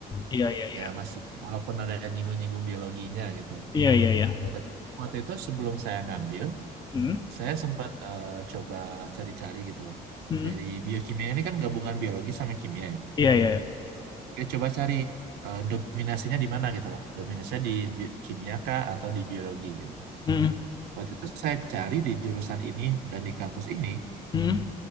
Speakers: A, on the left (about 25°); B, on the right (about 80°).
A: Iya iya iya.
B: ya masih walaupun ada yang nyinggung-nyinggung biologinya gitu lah
A: Iya iya ya.
B: Nah, tapi waktu itu sebelum saya ngambil
A: Hmm,
B: Saya sempat eh, coba cari-cari gitu loh.
A: hmm,
B: Dari biokimia ini kan gabungan biologi sama kimia ya.
A: iya iya ya.
B: Saya coba cari eh, dominasinya di mana gitu loh. Dominasinya di bi- kimia kah atau di biologi gitu.
A: Hmm,
B: Waktu itu saya cari di jurusan ini dan di kampus ini
A: hmm,